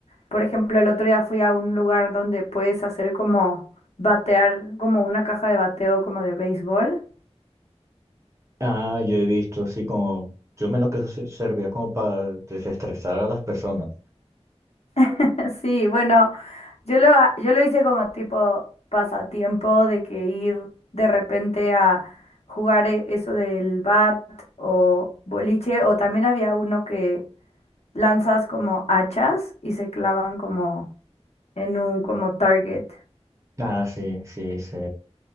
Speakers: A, on the left (about 70°); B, on the right (about 25°).
A: Por ejemplo, el otro día fui a un lugar donde puedes hacer como batear, como una caja de bateo como de béisbol.
B: Ah, yo he visto, sí, como, yo menos lo que eso se- servía como para desestresar a las personas.
A: <laughs> Sí, bueno, yo lo, ha- yo lo hice como tipo pasatiempo de que ir de repente a jugar e- eso del bat o boliche, o también había uno que lanzas como hachas y se clavan como en un como target.
B: Ah, sí, sí, sí.